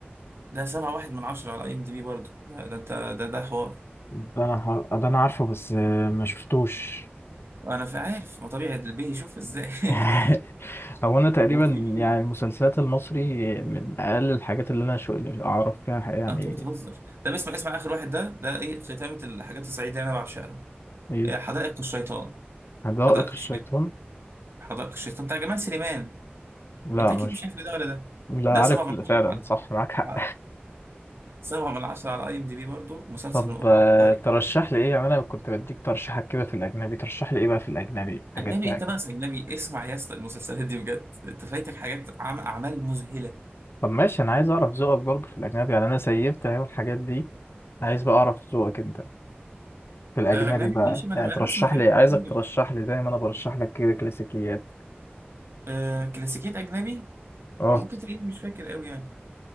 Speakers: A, on the right; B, on the left.
A: ده سبعة واحد من عشرة على اي ام دي بي برضه ده, ده انت ده ده حوار
B: ده انا ح- ده انا عارفه بس آه، ما شفتوش
A: انا في عارف ما طبيعي البيه يشوف ازاي
B: <laughs> هو انا تقريبا
A: <laughs> وفي
B: يعني المسلسلات المصري من اقل الحاجات اللي انا شو اعرف فيها ح- يعني
A: انت بتهزر طب اسمع اسمع اخر واحد ده ده ايه ختامة الحاجات السعيدة اللي انا بعشقها
B: ايه
A: إيه حدائق الشيطان
B: حدائق
A: حدائق
B: الشيطان
A: الشيطان حدائق الشيطان بتاع جمال سليمان
B: لا
A: انت اكيد
B: مش
A: مش عارف ده ولا ده
B: لا
A: ده
B: عارف
A: سبعة من عشرة
B: فعلا
A: على
B: صح معاك حق
A: على- سبعة من عشرة على اي ام دي بي برضه مسلسل
B: طب
A: عبقري
B: آه، ترشح لي ايه يعني انا كنت بديك ترشيحات كده في الاجنبي ترشح لي ايه بقى في الاجنبي حاجات
A: اجنبي
B: بقى
A: ايه؟ انت
B: كده
A: ناقص اجنبي اسمع يا اسطى المسلسلات دي بجد انت فايتك حاجات عم... اعمال مذهلة
B: طب ماشي انا عايز اعرف ذوقك برضه في الاجنبي يعني انا سيفت اهو الحاجات دي عايز بقى اعرف ذوقك انت في الاجنبي
A: آه، اجنبي
B: بقى
A: ماشي ما
B: يعني
A: انا
B: ترشح
A: انا بسمع حاجات
B: لي عايزك
A: كتير
B: ترشح لي دايما انا برشح لك كده كلاسيكيات
A: آه، كلاسيكيات اجنبي
B: اه
A: ممكن تلاقيني مش فاكر قوي يعني